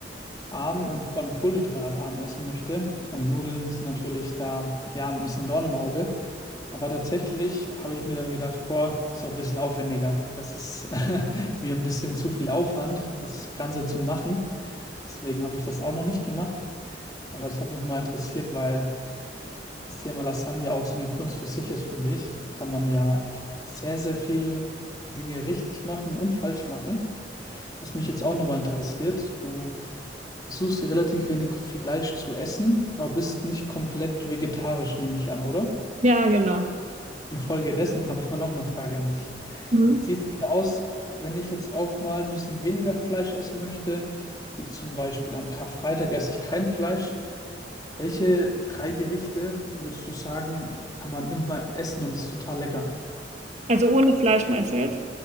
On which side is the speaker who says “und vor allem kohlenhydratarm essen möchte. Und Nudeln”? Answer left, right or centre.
Left